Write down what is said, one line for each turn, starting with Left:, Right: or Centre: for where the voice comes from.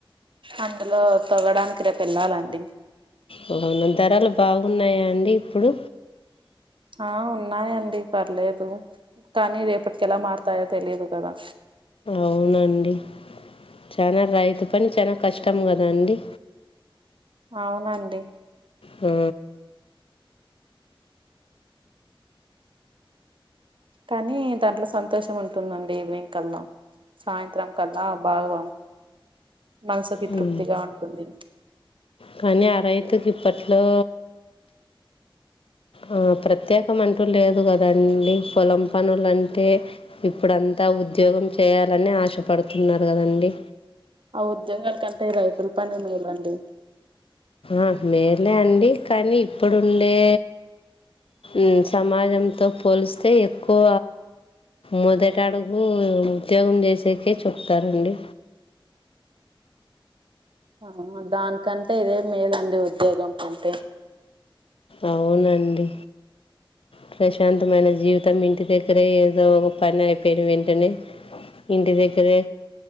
Right: అందులో తొవ్వడానికి రేపేళ్ళాలండి
Left: ఓ అవును ధరలు బాగున్నాయండి ఇప్పుడు
Right: ఆ ఉన్నాయండి పర్లేదు కానీ రేపటికేలా మారుతాయో తెలియదు కదా
Left: అవునండి చనా రైతు పని చానా కష్టం కదాండి
Right: అవునండి
Left: ఆ
Right: కానీ దాంట్లో సంతోషం ఉంటుందండి ఈవినింగ్ కల్ల సాయంత్రం కల్లా ఆ భావ మనసుకి
Left: ఉమ్.
Right: తృప్తిగా ఉంటుంది
Left: కానీ ఆ రైతుకి ఇప్పట్లో ఆ ప్రత్యేకమంటూ లేదుకదండి పొలం పనులు అంటే ఇప్పుడంతా ఉద్యోగం చేయాలని ఆశపడుతున్నరు కదండి
Right: ఆ ఉద్యోగం కంటే రైతులు పన్నెండువేలండి
Left: ఆ మేలే అండి కానీ ఇప్పుడుండే ఉమ్ సమాజంతో పోలిస్తే ఎక్కువ మొదటడుగు ఉద్యోగం చేసేకే చెప్తారండి
Right: ఆమ్మ దానికంటే ఇదే మెలండి ఉద్యోగం కంటే
Left: అవునండి ప్రశాంతమైన జీవితం ఇంటి దగ్గరే ఏదో ఒక పనయిపోయిన వెంటనే ఇంటి దగ్గరే